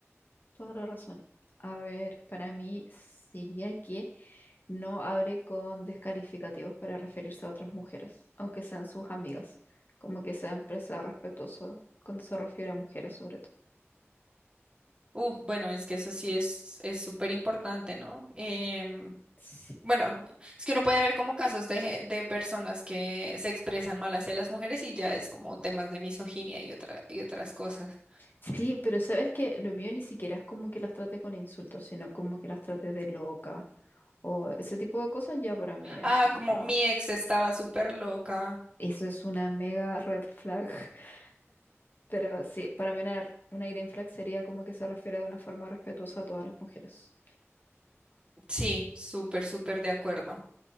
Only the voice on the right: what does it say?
Uf, bueno, es que eso sí es, es súper importante, ¿no? Em,
bueno, es que uno puede ver como casos de, ge- de personas que se expresan mal hacia las mujeres y ya es como temas de misoginia y otra, y otras cosas.
Ah,
como
mi ex estaba súper loca.
Sí, súper, súper de acuerdo.